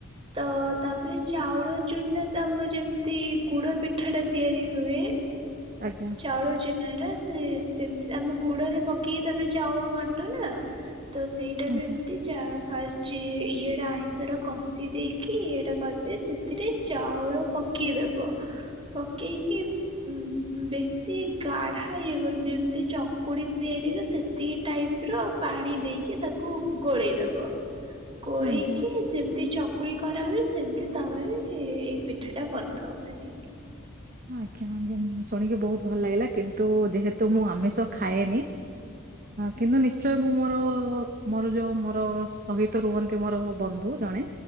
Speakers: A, on the right; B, on the right.
A: ତ ତାପରେ ଚାଉଳ ଚୁନା ତ ଆମର ଯେମ୍ତି ଗୁଡ ପିଠା ଟା ତିଆରି ହୁଏ
B: ଆଜ୍ଞା।
A: ଚାଉଳ ଚୁନା ଟା ସେ ସେମ୍ ଆମେ ଗୁଡରେ ପକେଇକି ତାପରେ ଚାଉଳ ଘାଣ୍ଟୁ ନା। ତ ସେଇଟା
B: ଆଜ୍ଞା
A: ବି ଏମ୍ତି ଚା ଫାଷ୍ଟ ଚେ ଇଏଟା ଆଇଁଷଟା କଷି ଦେଇକି ଇଏଟା କଷି ସେଥିରେ ଚାଉଳ ପ କେଇଦବ ପକେଇକି ଉଁ ବେଶୀ ଗାଢା ଇଏ <unintelligible> ଯେମ୍ତି ଚକୁଳି ତିଆରିି ହୁଏ ସେତିକି ଟାଇପ୍ ର ପାଣି ଦେଇକି ତାକୁ ଗୋଳେଇଦବ ଗୋଳେଇକି
B: ଆଜ୍ଞା
A: ଯେମ୍ତି ଚକୁଳି କରାହୁଏ ସେମ୍ତି ତାୱାରେ ଏଇ ପିଠା ଟା କରିଦବ ଭାରି।
B: ଆଜ୍ଞା-ଆଜ୍ଞା ଶୁଣିକି ବହୁତ୍ ଭଲ୍ ଲାଗିଲା କିନ୍ତୁ ଯେହେତୁ ମୁଁ ଆମିଷ ଖାଏନି କିନ୍ତୁ ନିଶ୍ଚୟ ମୁଁ ମୋର-ମୋର ଯୋଉ ମୋର ସହିତ ରୁହନ୍ତି ମୋର ବନ୍ଧୁ ଜଣେ